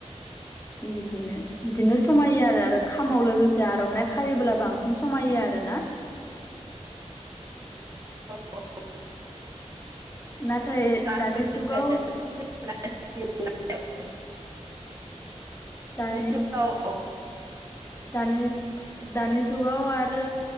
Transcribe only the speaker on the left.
उम बिदिनो बिदिनो समायो आरो आरो खामाव लोगोसे आर'नाइ खायोब्ला बांसिन समायो आरो ना <inaudible>
नाथाय
दानि जुगाव दानि
दानि दानि जुगाव आरो